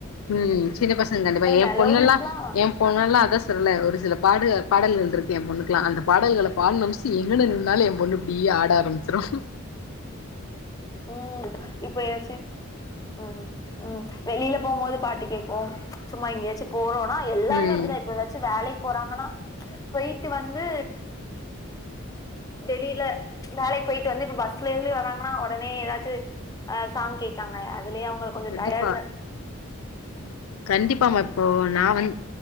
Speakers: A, on the left; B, on the left.
A: உம் சின்ன பசங்க கண்டிப்பா என்
B: மெலோடிஸ்லா
A: பொண்ணெல்லா என் பொண்ணெல்லா அதா சொல்ல ஒரு சில பாடு பாடல்கள்ருக்கு எம் பொண்ணுக் குலா அந்த பாடல்கள பாட் <unintelligible> எங்கன நின்னாலு எம்பொண்ணு இப்டி ஆட ஆரம்பிச்சிருவா
B: உம் இப்ப எதாச்சு உம் உம் வெளில போம்போது பாட்டு கேப்போ சும்மா எங்கயாச்சு போறோ ஆ எல்லாருமே
A: ம்
B: இப்டி தா இப்ப எதாச்சு வேலைக் போறாங்கனா போய்ட்டு வந்து வெளில வேலைக் போய்ட்டு வந்து இப்ப பஸ்லருந்து வராங்னா ஒடனே எதாச் சாங் கேட்காங்க ய அதுலயே அவங்களுக்கு கொஞ்சோ
A: கண்டிப்பா
B: டயர்டல
A: கண்டிப்பாமா இப்போ நா வந்